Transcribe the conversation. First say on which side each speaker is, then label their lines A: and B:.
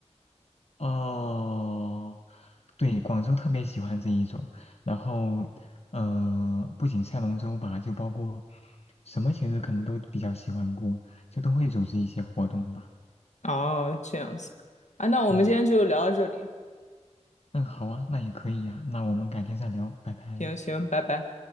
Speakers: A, on the left; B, on the left.
A: 哦，对，广州特别喜欢这一种。然后，嗯，不仅赛龙舟吧，就包括什么节日可能都比较喜欢过，就都会组织一些活动吧。
B: 哦，这样子，啊，那我们今天就聊到这里，
A: 嗯，嗯，好啊，那也可以呀、那我们改天再聊，拜拜。
B: 行行，拜拜。